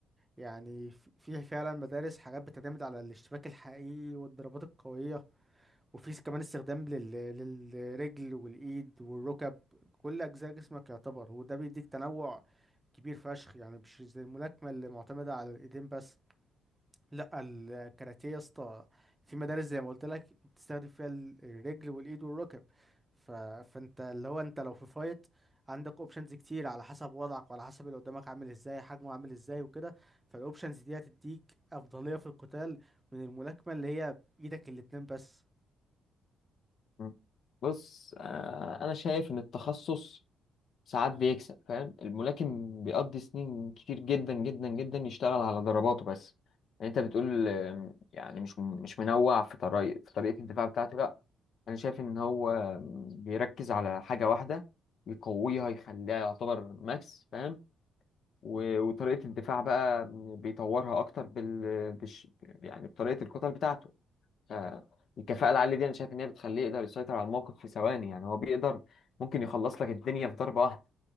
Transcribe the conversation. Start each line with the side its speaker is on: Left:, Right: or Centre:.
Right: يعني في في فعلا مدارس حاجات بتعتمد على الاشتباك الحقيقي والضربات القوية وفي كمان استخدام لل... للرجل والإيد والركب كل أجزاء جسمك يعتبر وده بيديك تنوع كبير فشخ يعني مش زي الملاكمة اللي معتمدة على الإيدين بس لا الكاراتيه يا اسطى في مدارس زي ما قلت لك بتستخدم فيها ال- الرجل والايد والركب ف... فانت اللي هو انت لو في فايت عندك اوبشنز كتير على حسب وضعك وعلى حسب اللي قدامك عامل ازاي حجمه عامل ازاي وكده فالاوبشنز دي هتديك افضليه في القتال من الملاكمه اللي هي بايدك الاتنين بس
Left: مم. بص آه، انا شايف ان التخصص ساعات بيكسب فاهم الملاكم بيقضي سنين كتير جدا جدا جدا يشتغل على ضرباته بس يعني انت بتقول آم، يعني مش مش منوع في طريقة في طريقة الدفاع بتاعته لا انا شايف ان هو آم، بيركز على حاجة واحدة يقويها يخليها يعتبر ماكس فاهم و- وطريقة الدفاع بقى بيطورها اكتر بال بش يعني بطريقة الكتل بتاعته ف- الكفاءة العالية دي انا شايف ان هي بتخليه يقدر يسيطر على الموقف في ثواني يعني هو بيقدر ممكن يخلص لك الدنيا في ضربة واحدة